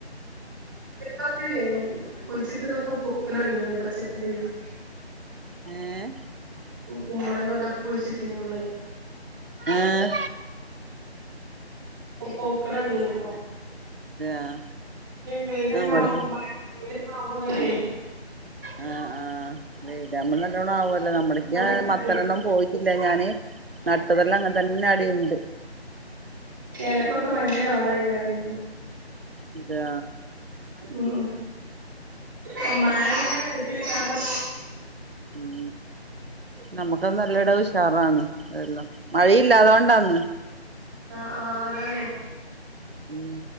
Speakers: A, on the right (about 20°); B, on the right (about 60°).
A: സൊക്കെ കൊഴച്ചിട്ടക്കൊക്കെ പോക്കലടങ്ങ പ ച്ചെക്കറി <unintelligible>
B: ഉം
A: കുമ്പള എന്തൊക്കെ കുഴിച്ചിട്ടിമ്മേ
B: ആഏ
A: ഒപ്പൊക്കലണിയനപ്പ
B: ആഹ്
A: വെയിലന്നെ
B: നമ്മടത്
A: വെയില ആവുമ്പോ കട്ടെ
B: ആ ആ വീരാമ്മന്ന എല്ലോണം ആവല്ലോ നമ്മളക്ക്
A: പൂക്കള്
B: മത്തനെണ്ണം പോയി ല്ല ഞാന് നട്ടതെല്ലാം അങ്ങനെ തന്നെ അടിുണ്ട്
A: ലക്കൊക്കെ മഞ്ഞ കളറായി വേറെണ്ട്
B: അത
A: ഉ അ മഴ പിന്നന്നെ എടുപ്പക്കണോ
B: ഉ നമ്മുക്കത് നല്ല ഇടാ വിഷാറാണ് അതല്ലോ മഴയില്ലാതൊണ്ടാന്ന്
A: ആഹ് ആഹ അതാണ്
B: ഉം